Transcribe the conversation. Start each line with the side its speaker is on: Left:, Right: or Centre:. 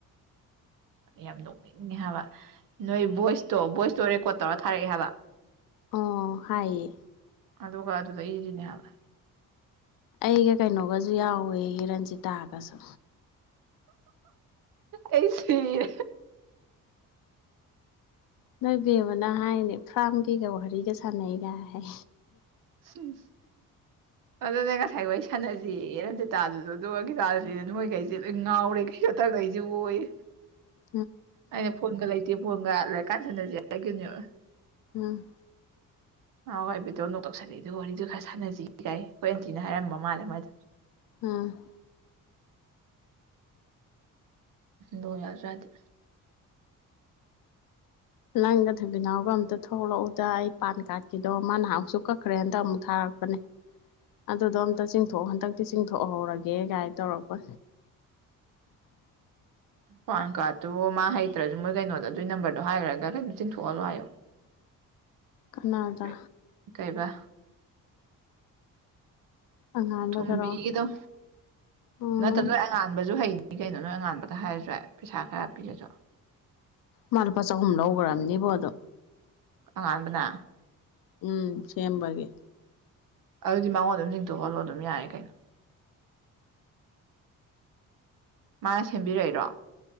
Right: ꯌꯥꯝ ꯅꯣꯛꯅꯤꯡꯉꯦ ꯍꯥꯏꯕ ꯅꯣꯏ ꯚꯣꯏꯁꯇꯣ ꯚꯣꯏꯁꯇꯣ ꯔꯦꯀꯣꯔꯠ ꯇꯧꯔ ꯊꯥꯔꯛꯑꯦ ꯍꯥꯏꯕ
Left: ꯑꯣ ꯍꯥꯏꯌꯦ
Right: ꯑꯗꯨꯒ ꯑꯗꯨꯗ ꯏꯔꯤꯅꯦ ꯍꯥꯏꯕ
Left: ꯑꯩꯒ ꯀꯩꯅꯣꯒꯖꯨ ꯌꯥꯎꯋꯦꯌꯦ ꯔꯟꯖꯤꯇꯥꯒꯖꯨ
Right: ꯑꯩ ꯁꯤꯔꯦ
Left: ꯅꯣꯏ ꯕꯦꯝꯃꯥꯅ ꯍꯥꯏꯅꯦ ꯐ꯭ꯔꯥꯝꯒꯤꯒ ꯋꯥꯔꯤꯒ ꯁꯥꯟꯅꯩꯒ ꯍꯥꯏ
Right: ꯍꯨꯝ
Left: <inaudible>
Right: ꯑꯗꯨꯅꯦ ꯉꯁꯥꯏ ꯋꯥꯔꯤ ꯁꯥꯟꯅꯁꯦꯌꯦ ꯔꯟꯖꯤꯇꯥꯗꯨꯖꯨ ꯑꯗꯨꯒ ꯒꯤꯇꯥꯖꯤꯅꯦ ꯃꯣꯏꯒꯩꯖꯦ ꯂꯣꯏꯅ ꯉꯥꯎꯔꯦ ꯀꯇꯛꯒꯩꯁꯤꯕꯣꯌꯦ
Left: <inaudible>
Right: ꯑꯩꯅ ꯐꯣꯟꯒ ꯂꯩꯇꯦ ꯐꯣꯟꯒ ꯂꯩꯔꯀꯥꯟꯗ ꯁꯥꯟꯅꯖꯦ ꯍꯥꯏꯒꯤꯅꯦꯕ
Left: ꯎꯝ
Right: ꯑꯥꯎꯒ ꯏꯕꯦꯇꯣꯟ ꯅꯣꯛ ꯇꯧꯁꯜꯂꯦ ꯑꯗꯨꯒ ꯋꯥꯔꯤꯗꯣ ꯈꯔ ꯁꯥꯟꯅꯖꯦ ꯒꯥꯏꯌꯦ ꯈꯣꯏ ꯑꯟꯇꯤꯅ ꯍꯥꯏꯔꯝꯕ ꯃꯥꯜꯂꯦ ꯃꯥꯏꯗꯨ
Left: ꯎꯝ
Right: ꯗꯣ ꯌꯥꯖꯨ ꯌꯗ‌ꯦ
Left: ꯅꯪꯒ ꯊ‌ꯣꯏꯕꯤꯅꯥꯎꯒ ꯑꯝꯇ ꯊꯣꯂꯛꯎꯗ ꯑꯩ ꯄꯥꯟ ꯀꯥꯔꯠꯀꯤꯗꯣ ꯃꯥ ꯅꯍꯥꯃꯨꯁꯨ ꯀꯛꯈ꯭ꯔꯦ ꯍꯟꯇꯛ ꯑꯃꯨꯛ ꯊꯥꯔꯛꯄꯅꯦ ꯑꯗꯨꯗꯣ ꯑꯝꯇ ꯆꯤꯡꯊꯣꯛ ꯍꯟꯇꯛꯇꯤ ꯆꯤꯡꯊꯣꯛ ꯍꯧꯔꯒꯦ ꯒꯥꯏ ꯇꯧꯔꯛꯄ <inaudible>
Right: ꯄꯥꯟ ꯀꯥꯔꯠꯇꯨ ꯃꯥ ꯍꯩꯇ꯭ꯔꯖꯨ ꯃꯣꯏ ꯀꯩꯅꯣꯗꯣ ꯑꯗꯨꯏ ꯅꯝꯕꯔꯗꯣ ꯍꯥꯏꯒ꯭ꯔꯒ ꯀꯩꯅꯣ ꯆꯤꯡꯊꯣꯛ ꯍꯜꯂꯣ ꯍꯥꯏꯌꯣ
Left: ꯀꯅꯥꯗ
Right: ꯀꯩ ꯀꯩꯕ
Left: ꯑꯉꯥꯟꯕꯗꯔꯣ
Right: ꯊ‌ꯣꯝꯕꯤ ꯒꯤꯗ‌ꯣ
Left: ꯎꯝ
Right: ꯅꯠꯇꯕ ꯅꯣꯏ ꯑꯉꯥꯟꯕꯖꯨ ꯍꯩꯅꯤ ꯀꯩꯅꯣ ꯅꯣꯏ ꯑꯉꯥꯟꯕꯗ ꯍꯥꯏꯔꯖꯨ ꯌꯥꯏ ꯄꯩꯁꯥ ꯈꯔ ꯄꯤꯔꯖꯨ
Left: ꯃꯥ ꯂꯨꯄꯥ ꯆꯍꯨꯝ ꯂꯧꯒ꯭ꯔꯥ ꯑꯝꯅꯤꯕꯣ ꯑꯗꯣ
Right: ꯑꯉꯥꯟꯕꯅ
Left: ꯎꯝ ꯁꯦꯝꯕꯒꯤ
Right: ꯑꯗꯨꯗꯤ ꯃꯉꯣꯟꯗ ꯑꯗꯨꯝ ꯆꯤꯡꯊꯣꯛꯍꯜꯂꯣ ꯑꯗꯨꯝ ꯌꯥꯏ ꯀꯩꯅꯣ ꯃꯥ ꯅ ꯁꯦꯝꯕꯤꯔꯛꯏꯔꯣ